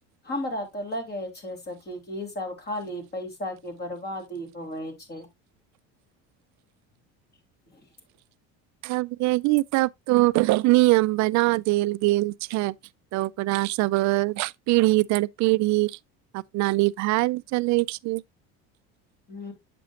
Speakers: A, on the left; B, on the right.
A: हँ बरात। तो लगे छै सखी क ई सभ खाली पैसा के बर्बादी होवे छै <unintelligible>
B: अब यही सभ तो नियम बना देल गेल छै तऽ ओकरा सभ पीढ़ी दर पीढ़ी। अपना निभायल चलै छै।
A: हू।